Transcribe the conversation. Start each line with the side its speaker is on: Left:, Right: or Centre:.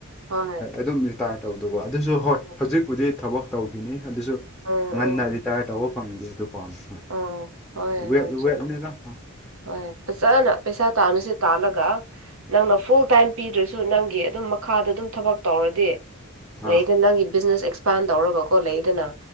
Right: ꯍꯣꯏ
Centre: ꯑꯗꯨꯝ ꯔꯤꯇꯥꯌꯔ ꯇꯧꯗꯧꯕ ꯑꯗꯨꯁꯨ ꯍꯣꯏ
Right: ꯎꯝ
Centre: ꯍꯧꯖꯤꯛꯄꯨꯗꯤ ꯊꯕꯛ ꯇꯧꯈꯤꯅꯤ ꯑꯗꯨꯁꯨ
Right: ꯎꯝ
Centre: ꯉꯟꯅ ꯔꯤꯇꯥꯌꯔ ꯇꯧꯕ ꯐꯪꯉꯗꯤꯦ ꯑꯗꯨ ꯄꯥꯝꯃꯦ ꯍꯣꯏ
Right: ꯎꯝ ꯍꯣꯏ
Centre: ꯋꯦ
Right: ꯍꯣꯏ ꯆꯨꯝꯃꯤ
Centre: ꯋꯦꯞꯅꯤꯗ ꯍꯣꯏ
Right: ꯍꯣꯏ ꯐꯖꯅ ꯄꯩꯁꯥ ꯇꯥꯅꯨꯁꯦ ꯇꯥꯜꯂꯒ ꯅꯪꯅ ꯐꯨꯜ ꯇꯥꯏꯝ ꯄꯤꯗ꯭ꯔꯁꯨ ꯅꯪꯒꯤ ꯑꯗꯨꯝ ꯃꯈꯥꯗ ꯑꯗꯨꯝ ꯊꯕꯛ ꯇꯧꯔꯗꯤ
Centre: ꯑꯥ
Right: ꯂꯩꯗꯅ ꯅꯪꯒꯤ ꯕꯤꯖꯤꯅꯦꯁ ꯑꯦꯛꯁꯄꯥꯟ ꯇꯧꯔꯕꯀꯣ ꯂꯩꯗꯅ